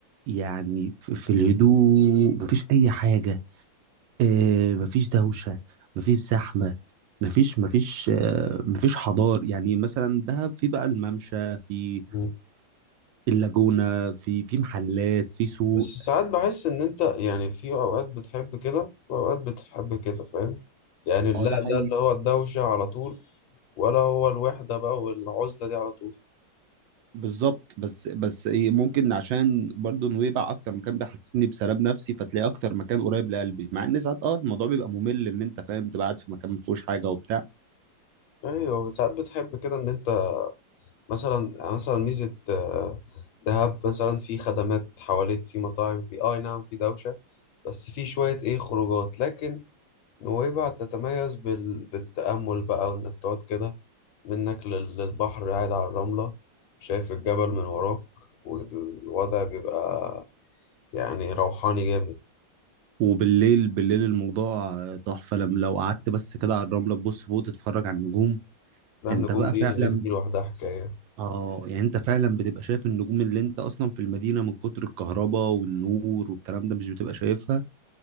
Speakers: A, on the right (about 70°); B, on the left (about 70°).
A: يعني في في الهدوء مفيش أي حاجة آه، مفيش دوشة مفيش زحمة مفيش مفيش آه، مفيش حضار يعني مثلا دهب في بقى الممشى في
B: مم.
A: اللاجونة في في محلات في سوق
B: بس ساعات بحس ان انت يعني في اوقات بتحب كده واوقات بتحب كده فاهم يعني لا
A: اه ده حقيقي
B: لا اللي هو الدوشة على طول ولا هو الوحدة بقى والعزلة دي على طول
A: بالظبط بس بس ايه ممكن عشان برضو نويبع اكتر مكان بيحسسني بسلام نفسي فتلاقي اكتر مكان قريب لقلبي مع ان ساعات اه الموضوع بيبقى ممل ان انت فاهم تبقى قاعد في مكان ما فيهوش حاجه وبتاع
B: ايوه ساعات بتحب كده ان انت مثلا مثلا ميزة آه، دهب مثلا في خدمات حواليك في مطاعم في آه، اي نعم في دوشة بس في شوية ايه خروجات لكن نويبع تتميز بال... بالتأمل بقى وانك تقعد كده منك لل... للبحر قاعد على الرملة شايف الجبل من وراك والوضع بيبقى يعني روحاني جامد
A: وبالليل بالليل الموضوع تحفه لما لو قعدت بس كده على الرمله تبص فوق تتفرج على النجوم
B: لا
A: انت
B: النجوم
A: بقى
B: دي
A: فعلا
B: هناك دي لوحدها حكاية
A: اه يعني انت فعلا بتبقى شايف النجوم اللي انت اصلا في المدينه من كتر الكهرباء والنور والكلام ده مش بتبقى شايفها